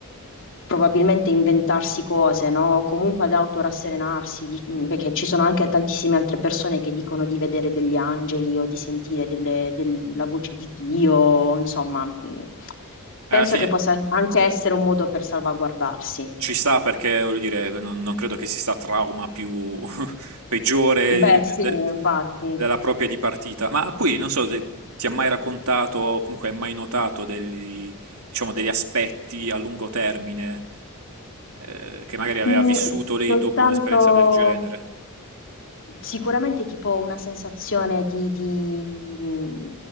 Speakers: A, on the left; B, on the right.
A: probabilmente inventarsi cose, no? O comunque ad autorasserenarsi, di- perché ci sono anche tantissime altre persone che dicono di vedere degli angeli o di sentire delle- del- la voce di Dio, insomma, mh, penso
B: E alla fine
A: che possa anche essere un modo per salvaguardarsi.
B: ci sta perché, voglio dire, non, non credo che si sta trauma più, peggiore
A: Beh,
B: de-
A: sì,
B: de-
A: infatti.
B: della propria di partita. Ma poi non so se ti ha mai raccontato o comunque hai mai notato degli, diciamo, degli aspetti a lungo termine eh, che magari aveva
A: Mm,
B: vissuto lei
A: soltanto...
B: dopo un'esperienza del genere.
A: Sicuramente tipo una sensazione di, di, mh,